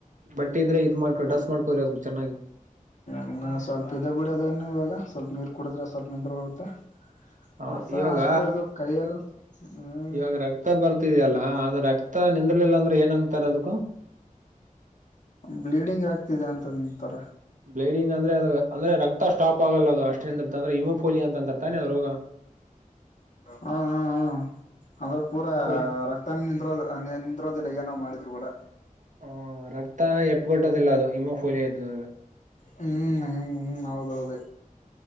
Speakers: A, on the right (about 65°); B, on the left (about 60°).
A: ಬಟ್ಟೆ ಇದ್ರೆ ಇದ್ ಮಾಡ್ಕೊ ಡ್ರೆಸ್ ಮಾಡ್ಕೊರಿ ಚೆನ್ನಾಗಿ
B: ಹ್ಮ ಸ್ವಲ್ಪ ಇದ ಬಿಡಿಯೋ ಅದನ್ನು ಇವಾಗ ಸ್ವಲ್ಪ ನೀರ್ ಕುಡಿದ್ರೆ ಸ್ವಲ್ಪ ನಿಂದ್ರ ಹೋಗುತ್ತೆ.
A: ಹ ಹೌದು
B: ಹಸ
A: ಇವಾಗ
B: ಅಷ್ಟಲ ಇದು ಕೈಯಲ್ಲಿ ಹ್ಮ್
A: ಇವಾಗ ರಕ್ತ ಬರ್ತಿದೆಯಲ್ಲ ಆದ ರಕ್ತ ಮ ನಿಂದಲಿಲ್ಲ ಅಂದ್ರೆ ಏನ್ಂಗತಾರ ಅದೂ
B: ಬ್ಲೀಡಿಂಗ್ ಆಗ್ತಿದೆ ಅಂತ ನಿಂತರ
A: ಬ್ಲಡಿಂಗ ಅಂದ್ರೆ ಅದ ಅಂದ್ರೆ ರತ ಸ್ಟಾಪ್ ಆಗಲ್ಲ ಅದು ಅಷ್ಟೇದಂದರ್ತ ಅ್ರ ಹಮೋಫೋಲಿಯಾ ಅಂತರ್ತಾನನೆ ಅದು ರೋಗ
B: ಹಾ ಹಾ ಹಾ ಅಂದ್ರೆ ಪೂರಾ
A: ಹಿಮೋಫೋಲಿ
B: ರಕ್ತ ತ ನಿಂದೋ ನಿಂದ್ರೋದಿಲ್ಲ ಏನ್ ಮಾಡಿದ್ರು ಕೂಡ
A: ಆ ರಕ್ತ ಎಪ್ಗಟ್ಟೋದಿಲ್ಲ ಅದು ಇಮ್ಮೋ ಪಫೋಲಿಯಾ ಇದರು
B: ಹ್ಮ್ ಹ್ಮ ಹೌದ್ದ